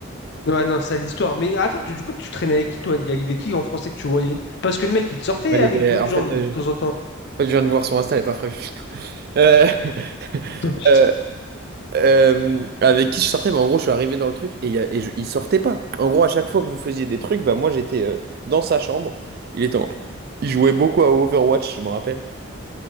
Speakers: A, on the left (about 55°); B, on the right (about 45°).
A: Ouais, non, c'est l'histoire. Mais attends, tu- du coup, tu traînais avec qui, toi? Il y avait qui en français que tu voyais? Parce que le mec, il te sortait
B: Elle
A: avec
B: était
A: d'autres
B: en
A: gens
B: fait
A: de
B: euh,
A: temps
B: je-
A: en temps.
B: en fait, je viens de voir son Insta, elle est pas fraîche. Euh, <laughs>
A: Non, putain.
B: euh, euh, avec qui je sortais, bah, en gros, je suis arrivé dans le truc et, il y a- et je- il sortait pas. En gros, à chaque fois que vous faisiez des trucs, bah, moi j'étais euh, dans sa chambre. Il était en- Il jouait beaucoup à Overwatch, je me rappelle.